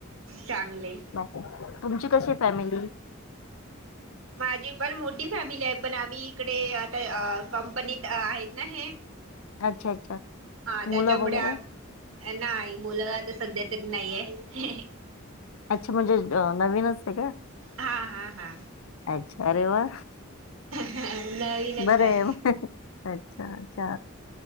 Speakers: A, on the right; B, on the left.
A: चांगलं.
B: बाय. तुमची कशी फॅमिली?
A: माझी पण मोठी फॅमिली आहे, पण आम्ही इकडे आता अ- कंपनीत आहेत ना हे,
B: अच्छा अच्छा.
A: ह त्याच्यामुळे
B: मुलं वगैरे?
A: नाही मुलं आता सध्या तरी नाहीेये.
B: अच्छा! म्हणजे अ नवीनच आहे का?
A: हा हा हा.
B: अच्छ! अरे वा!
A: नवीनच
B: बर
A: आहे
B: अच्छाच्छा!